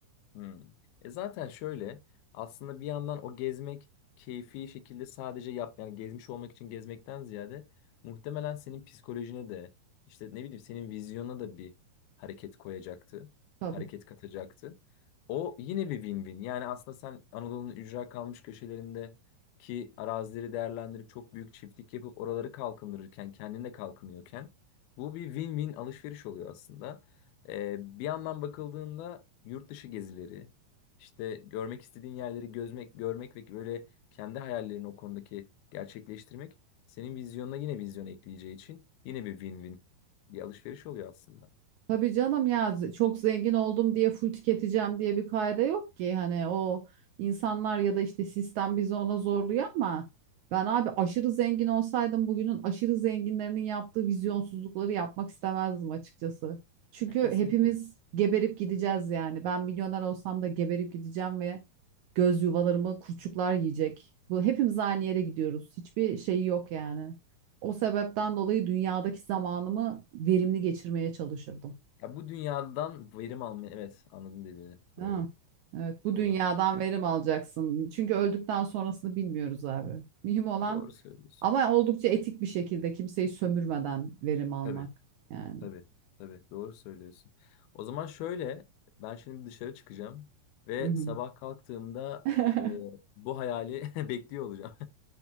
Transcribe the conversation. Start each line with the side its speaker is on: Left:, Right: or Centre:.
Left: Hmm. E zaten şöyle aslında bir yandan o gezmek keyfi şekilde sadece yap yani gezmiş olmak için gezmekten ziyade muhtemelen senin psikolojine de işte ne bileyim senin vizyona da bir hareket koyacaktı.
Right: Tabii.
Left: Hareket katacaktı. O yine bir win-win. Yani aslında sen Anadolu'nun ücra kalmış köşelerindeki arazileri değerlendirip çok büyük çiftlik yapıp oraları kalkındırırken kendin de kalkınıyorken bu bir win-win alışveriş oluyor aslında. Ee, bir yandan bakıldığında yurt dışı gezileri, işte görmek istediğin yerleri gözmek, görmek ve böyle kendi hayallerini o konudaki gerçekleştirmek senin vizyonuna yine vizyon ekleyeceği için yine bir win-win bir alışveriş oluyor aslında.
Right: Tabii canım ya z- çok zengin oldum diye full tüketeceğim diye bir kaide yok ki hani o insanlar ya da işte sistem bizi ona zorluyor ama ben abi aşırı zengin olsaydım bugünün aşırı zenginlerinin yaptığı vizyonsuzlukları yapmak istemezdim açıkçası. Çünkü
Left: Ya kesinlikle.
Right: hepimiz geberip gideceğiz yani. Ben milyoner olsam da geberip gideceğim ve göz yuvalarımı kurçuklar yiyecek. Bu hepimiz aynı yere gidiyoruz. Hiçbir şeyi yok yani. O sebepten dolayı dünyadaki zamanımı verimli geçirmeye çalışırdım.
Left: Ya bu dünyadan verim almayı evet anladım dediğini. Doğru.
Right: Değil mi? Evet, bu
Left: Doğru.
Right: dünyadan verim alacaksın. Çünkü öldükten sonrasını bilmiyoruz abi. Mühim olan
Left: Doğru söylüyorsun.
Right: ama oldukça etik bir şekilde kimseyi sömürmeden verim almak
Left: Tabii.
Right: yani.
Left: Tabii, tabii doğru söylüyorsun. O zaman şöyle, ben şimdi dışarı çıkacağım ve
Right: Hı hı.
Left: sabah kalktığımda
Right: <laughs>
Left: e, bu hayali <laughs> bekliyor olacağım.